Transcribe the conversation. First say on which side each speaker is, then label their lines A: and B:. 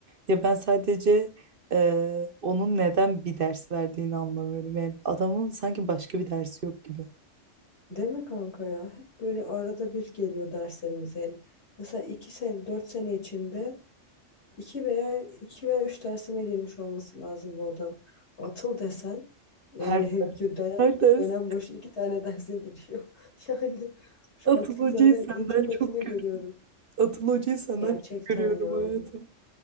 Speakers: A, on the right (about 55°); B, on the left (about 60°).
A: Ya ben sadece eee, onun neden bir ders verdiğini anlamıyorum. Yani adamın sanki başka bir dersi yok gibi.
B: Deme kanka ya. Hep böyle arada bir geliyor derslerimize. Yani mesela iki sene, dört sene içinde iki veya iki veya üç dersime girmiş olması lazım bu adam. Atıl desen yani
A: Her ders,
B: <laughs> dönem,
A: her ders
B: dönem başı iki tane derse giriyor. <laughs> Yani şu
A: Atıl
B: atıl
A: Hoca'yı
B: zaten
A: senden
B: en çok atılı
A: çok
B: görüyorum.
A: görüyorum. Atıl Hoca'yı senden
B: Gerçekten
A: çok görüyorum
B: ya.
A: hayatım.